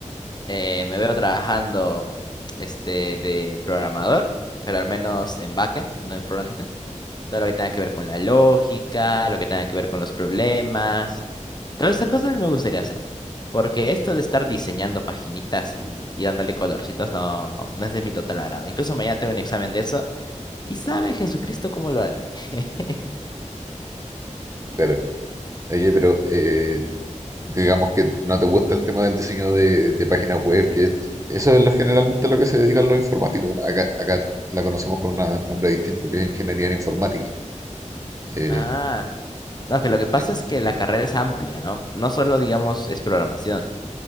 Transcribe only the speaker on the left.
Eh, me veo trabajando este, de programador, pero al menos en backend, no en frontend. Todo lo que tenga que ver con la lógica, lo que tenga que ver con los problemas, Todas esas cosas me gustaría hacer. Porque esto de estar diseñando paginitas y, y dándole colorcitos no, no es de mi total agrado. Incluso mañana tengo un examen de eso. Y sabe Jesucristo cómo lo haré. <laughs>
Ah, no, que lo que pasa
es que la carrera es amplia, ¿no? No solo, digamos, es programación.